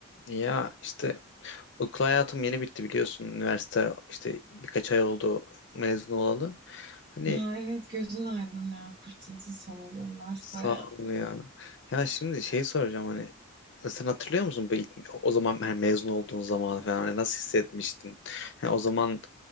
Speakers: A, on the left (about 55°); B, on the right (about 35°).
A: Ya işte okul hayatım yeni bitti biliyorsun. Üniversite işte birkaç ay oldu mezun olalı. Hani
B: Ha, evet gözün aydın ya. Kurtuldun sonunda üniversite
A: sağ
B: hayatından.
A: ol ya. Ya şimdi şey soracağım hani sen hatırlıyor musun bu ilk, o zaman hani mezun olduğun zamanı falan hani nasıl hissetmiştin? Yani o zaman